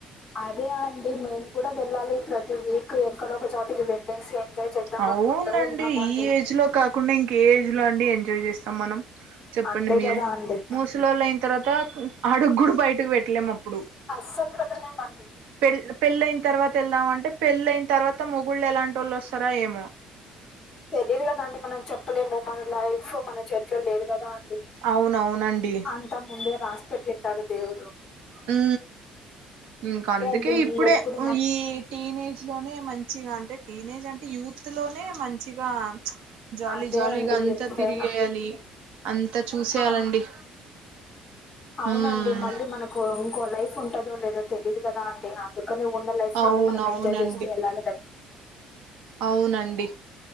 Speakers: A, on the left (about 20°); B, on the right (about 85°).
A: అదే అండి మేము కూడా వెళ్ళాలి ప్రతి వీకు ఎక్కడొ ఒక చోటికి వెళ్ళేసి. ఎంజాయ్ చేద్దాం
B: అవునండి
A: అనుకుంటూ ఉన్నామండి
B: ఈ ఏజ్లో కాకుండా ఇంక ఏ ఏజ్లో అండి ఎంజాయ్ చేస్తాం మనం. చెప్పండి
A: అంతే
B: మీరే
A: కదా అండి
B: మూసలోళ్ళు అయిన తర్వాత అడుగుడు బయటకి పెట్టలేము అప్పుడు.
A: అసలు పెట్టాలెండి అప్పుడు
B: పెళ్ పెళ్ళి అయిన తర్వాత యెల్దం అంటే పెళ్ళైయిన తర్వాత మొగుళ్ళు ఎలాంటి టోళ్ళు వొస్తారో ఏమో.
A: తెలియదు కదా అండి మనం చెప్పలేము మన లైఫు మన చేతిలో లేదు కదా అండి.
B: అవునవును అండి
A: అంతా ముందే రాసి పెట్టింటారు దేవుడు
B: ఉ ఇంకా అందుకే
A: అండి
B: ఇప్పుడే
A: ఎప్పుడు
B: వు
A: మ
B: ఈ టీనేజ్లోనే మంచిగా అంటే టీనేజ్ అంటే యూత్లోనే మంచిగా చ్ జాలీ
A: అదే
B: జాలీగా
A: అండి
B: అంతా
A: ఎప్పుడైనా
B: తిరిగేయాలి అంతా చూసేయాలండి.
A: ఆ అవునండి
B: ఉమ్
A: మళ్ళీ మనకు ఇంకో లైఫ్ ఉంటాదో లేదో తెలీదు కదా అండి అందుక్ కనే ఉన్న లైఫ్లోనే
B: అవునవునండి
A: మనం ఎంజాయ్ చేస్తూ వెళ్లాలి కదా.
B: అవునండి